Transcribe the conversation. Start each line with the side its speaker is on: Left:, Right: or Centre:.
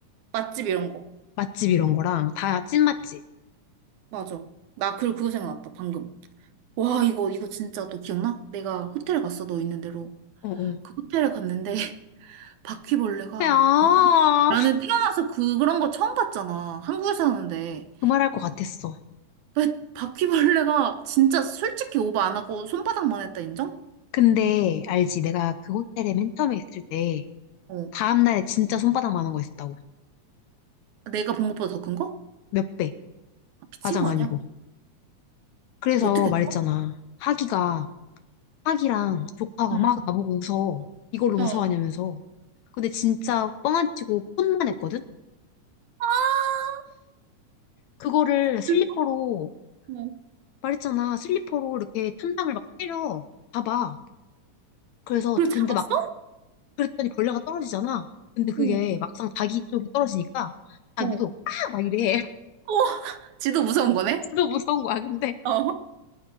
Right: 맛집 이런 거.
Left: 맛집 이런 거랑 다 찐맛집.
Right: 맞아. 나 그리고 그거 생각났다, 방금. 와, 이거, 이거 진짜 너 기억나? 내가 호텔 갔어, 너 있는 대로.
Left: 어, 어.
Right: 그 호텔에 갔는데 바퀴벌레가
Left: 야,
Right: 겁나- 나는 태어나서 그, 그런 거 처음 봤잖아. 한국에서 하는데.
Left: 그 말할 것 같았어.
Right: 왜 바퀴벌레가 진짜 솔직히 오버 안 하고 손바닥만 했다 인정?
Left: 근데 알지? 내가 그 호텔에 맨 처음에 있을 때
Right: 어.
Left: 다음날에 진짜 손바닥 만한 거 있었다고.
Right: 내가 본 것보다 더 큰 거?
Left: 몇 배.
Right: 아, 미친
Left: 과장
Right: 거
Left: 아니고.
Right: 아니야?
Left: 그래서
Right: 어떻게
Left: 말했잖아.
Right: 했어?
Left: 하기가, 하기랑 조카가
Right: 응.
Left: 막 나보고 웃어. 이걸로 무서워하냐면서.
Right: 어.
Left: 근데 진짜 뻥 안 치고 폰만 했거든?
Right: 아,
Left: 그거를 슬리퍼로,
Right: 그래서? 어.
Left: 말했잖아. 슬리퍼로 이렇게 천장을 막 때려. 봐봐. 그래서,
Right: 그걸 잡았어?
Left: 근데 막, 그랬더니 벌레가 떨어지잖아. 근데 그게
Right: 어.
Left: 막상 자기 쪽이 떨어지니까 자기도
Right: 어.
Left: 아! 막 이래. <laughs>
Right: 우와, 지도 무서운 거네?
Left: 진짜 무서운 거야. 근데
Right: 어.